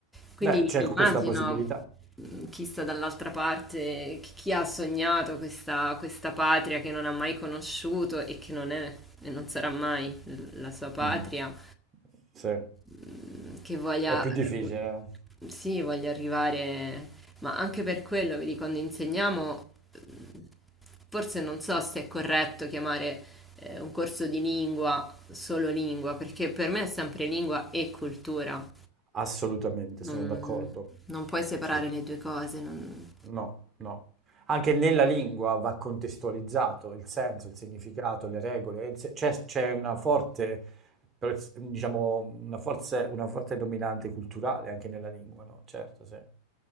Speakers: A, in the centre; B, on the right.
A: quindi
B: Beh, c'è
A: immagino
B: questa possibilità.
A: mh, chi sta dall'altra parte, chi chi ha sognato questa, questa patria che non ha mai conosciuto e che non è e non sarà mai l- la sua patria,
B: Mhm, Sì, è
A: mh, che voglia,
B: più difficile,
A: u- sì, voglia arrivare, ma anche per quello, vedi, quando insegniamo, mh, forse non so se è corretto chiamare eh, un corso di lingua solo lingua, perché per me è sempre lingua e cultura.
B: assolutamente,
A: Non,
B: sono d'accordo.
A: non puoi separare
B: Sì.
A: le due cose, non-
B: No, no. Anche nella lingua va contestualizzato il senso, il significato, le regole. Il se- C'è c'è una forte, pre- diciamo, una forse- una forte dominante culturale anche nella lingua, no? Certo, sì.